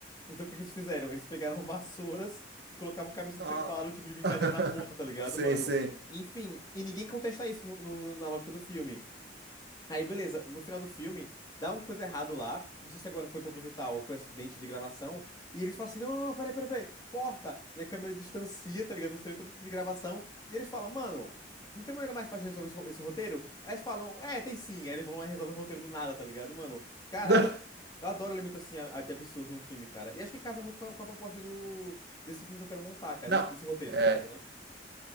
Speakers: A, on the left (about 20°); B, on the right (about 60°).
A: Então o que que eles fizeram? Eles pegaram <laughs> vassouras e colocavam cabeça
B: Ah.
A: de cavalo, tipo de brincadeira
B: <laughs>
A: na ponta, tá ligado,
B: Sim,
A: mano?
B: sim.
A: Enfim, e ninguém contesta isso no- no- na lógica do filme. Aí, beleza, no final do filme, dá uma coisa errado lá. Não sei se agora foi proposital ou foi acidente de gravação. E eles falam assim: não, não, não, peraí, peraí, peraí, corta. E a câmera distancia, tá ligado? Você vê toda a equipe de gravação. E eles falam: mano, não tem maneira mais fácil de resolver esse, ro- esse roteiro? Aí eles falam: é, tem sim. Aí eles vão lá e resolvem o roteiro do nada, tá ligado, mano? Cara,
B: <laughs>
A: eu adoro elemento assim a- a de absurdo no filme, cara. E acho que casa muito com a, com a proposta do, desse filme que eu quero montar, cara.
B: Não,
A: Desse, desse roteiro,
B: é,
A: no caso, né?